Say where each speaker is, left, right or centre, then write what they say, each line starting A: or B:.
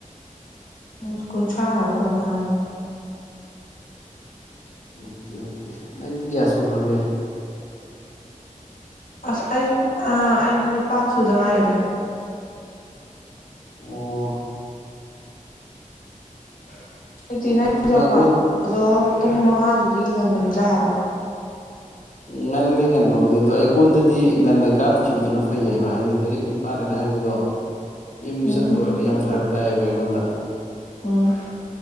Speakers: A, on the left (about 80°); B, on the left (about 60°).
A: ꯎ ꯀꯨꯟꯊ꯭ꯔꯥ ꯍꯥꯏꯕ ꯀꯩꯅꯣ ꯍꯥꯏꯕꯅꯤ꯫
B: ꯑꯣꯀꯦ-ꯑꯣꯀꯦ ꯅꯪꯒꯤ ꯀꯌꯥ ꯁꯨꯈ꯭ꯔꯒꯦ꯫
A: ꯑꯁ ꯑꯩ ꯑꯥ ꯑꯩꯗꯤ ꯅꯤꯄꯥꯟ ꯁꯨꯗ ꯉꯥꯏꯔꯤꯗ꯫
B: ꯑꯣ꯫
A: <unintelligible>
B: ꯑꯗꯨ ꯅꯪꯉꯣꯟ
A: ꯄꯨꯡ ꯃꯉꯥꯗꯨꯗꯤ ꯉꯟꯃꯟꯗ꯭ꯔꯥ ꯍꯥꯏꯕ
B: ꯉꯜꯂꯦ ꯉꯟꯕꯕꯨꯗꯤ ꯑꯗꯣ ꯑꯩꯉꯣꯟꯗꯗꯤ ꯉꯟꯅ ꯀꯥꯞꯈꯤꯕꯗꯨꯅ ꯐꯩꯌꯦꯕ ꯍꯥꯏꯗꯤ ꯇꯔꯦꯠ ꯅꯤꯄꯥꯜꯅ ꯍꯥꯏꯕꯗꯣ ꯌꯥꯝꯖꯦ
A: ꯎꯝ
B: ꯆꯠꯇꯕ ꯑꯣꯏꯔꯗꯤ ꯌꯥꯝ ꯐꯔꯛ ꯇꯥꯏꯌꯦꯕ ꯑꯩꯉꯣꯟꯗ
A: ꯎꯝ